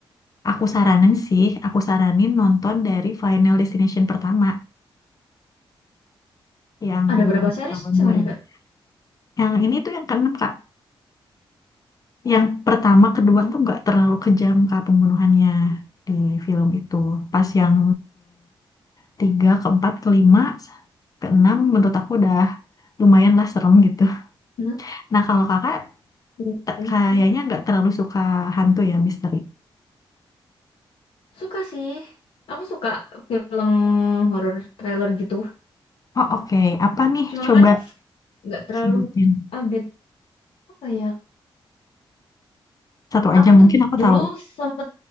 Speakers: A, on the left; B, on the left.
A: aku saranin sih aku saranin nonton dari Final Destination pertama yang
B: Ada berapa series
A: tahun
B: semuanya,
A: 2000
B: Kak?
A: yang ini tuh yang keenam kak yang pertama kedua
B: Mm-mm.
A: tuh nggak terlalu kejam kak pembunuhannya di film itu pas yang ketiga keempat kelima keenam menurut aku udah lumayan lah serem gitu
B: Nah,
A: nah kalau kakak
B: iya
A: t-
B: boleh
A: kayaknya
B: sih.
A: nggak terlalu suka hantu ya misteri
B: Suka sih. Aku suka film horor trailer gitu.
A: Oh oke, Apa nih
B: Cuma
A: coba
B: kan nggak terlalu
A: sebutin
B: update apa ya.
A: satu aja
B: Apa itu
A: mungkin aku
B: dulu
A: tahu.
B: sempet